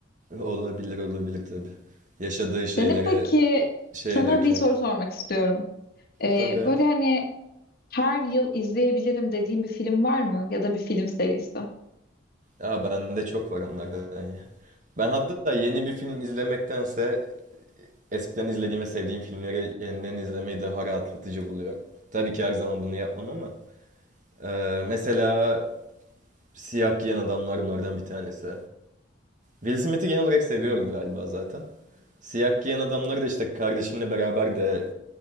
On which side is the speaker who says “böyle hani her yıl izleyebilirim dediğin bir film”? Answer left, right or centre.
Left